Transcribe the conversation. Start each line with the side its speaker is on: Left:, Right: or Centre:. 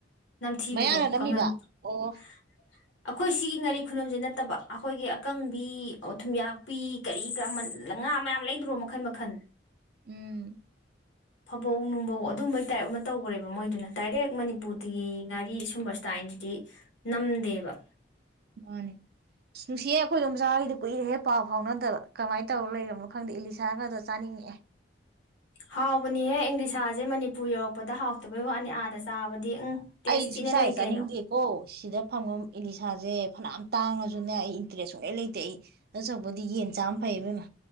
Left: ꯅꯝꯊꯤꯕꯗꯣ
Right: ꯃꯌꯥꯡꯅ ꯅꯝꯃꯤꯕ
Left: ꯀꯪꯍꯟ <unintelligible>
Right: ꯑꯣ
Left: ꯑꯩꯈꯣꯏ ꯁꯤꯒꯤ ꯉꯥꯔꯤ ꯈꯨꯅꯝꯖꯦ ꯅꯠꯇꯕ ꯑꯩꯈꯣꯏꯒꯤ ꯑꯀꯪꯕꯤ ꯊꯨꯝꯌꯥꯛꯄꯤ ꯀꯔꯤ ꯀꯃꯟ ꯂꯪ ꯉꯥ ꯃꯌꯥꯝ ꯂꯩꯗ꯭ꯔꯣ ꯃꯈꯟ ꯃꯈꯟ
Right: ꯎꯝ
Left: ꯐꯕꯧ ꯅꯨꯡꯕꯧ ꯑꯗꯨꯝꯕꯩ ꯇꯥꯏꯞ ꯑꯃ ꯇꯧꯒ꯭ꯔꯦꯕ ꯃꯣꯏꯗꯨꯅ ꯗꯥꯏꯔꯦꯛ ꯃꯅꯤꯄꯨꯔꯗꯒꯤ ꯉꯥꯔꯤ ꯁꯨꯝꯕ ꯏꯁꯇꯥꯏꯜꯖꯤꯗꯤ ꯅꯝꯗꯦꯕ
Right: ꯃꯥꯅꯦ ꯑꯁ ꯅꯨꯡꯁꯤꯌꯦ ꯑꯩꯈꯣꯏ ꯏꯗꯣꯝꯆꯥꯍꫭꯏꯒꯗꫭ ꯀꯨꯏꯔꯦꯍꯦ ꯄꯥꯎ ꯐꯥꯎꯅꯗꯕ ꯀꯃꯥꯏꯅ ꯇꯧꯔ ꯂꯩꯔꯕꯅꯣ ꯈꯪꯗꯦ ꯏꯂꯤꯁꯥ ꯒꯗꫭ ꯆꯥꯅꯤꯡꯉꯛꯑꯦ
Left: ꯍꯥꯎꯕꯅꯤꯍꯦ ꯏꯪꯂꯤꯁꯥꯖꯦ ꯃꯅꯤꯄꯨꯔ ꯌꯧꯔꯛꯄꯗ ꯍꯥꯎꯇꯕ ꯋꯥꯅꯤ ꯑꯥꯗ ꯆꯥꯕꯗꯤ ꯎꯝ ꯇꯦꯁ
Right: ꯑꯩꯗꯤ
Left: ꯊꯤꯅ
Right: ꯁꯨꯡꯆꯥ
Left: ꯂꯩ
Right: ꯍꫭꯛ ꯆꯥꯅꯤꯡꯗꯦꯀꯣ
Left: ꯀꯩꯅꯣ
Right: ꯁꯤꯗ ꯐꯪꯐꯝ ꯏꯂꯤꯁꯥꯖꯦ ꯐꯅꯌꯥꯝ ꯇꯥꯡꯉꯖꯨꯅꯦ ꯑꯩ ꯏꯟꯇꯔꯦꯁ ꯁꯨꯛꯂꯩ ꯂꯩꯇꯦ ꯑꯩ ꯑꯗꯨꯁꯥꯔꯨꯛ ꯄꯨꯗꯤ ꯌꯦꯟ ꯆꯥꯕꯅ ꯐꯩ ꯏꯕꯦꯝꯃꯥ